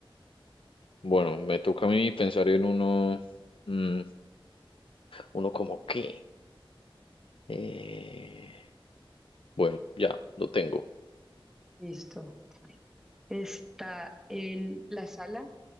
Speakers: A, on the left (about 70°); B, in the centre.
A: Bueno, me toca a mí pensar en uno, mm, uno como qué. Eh, bueno, ya, lo tengo.
B: Listo. Está en la sala,